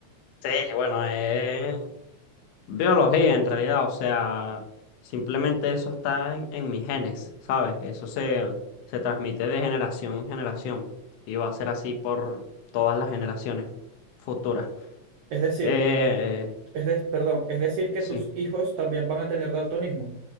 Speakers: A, on the left; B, on the right.
A: Sí, bueno, es biología en realidad, o sea, simplemente eso está en, en mis genes, ¿sabes? Eso se, se transmite de generación en generación y va a ser así por todas las generaciones futuras.
B: Es decir,
A: Eh,
B: es de- perdón, es decir que
A: sí,
B: tus hijos también van a tener daltonismo.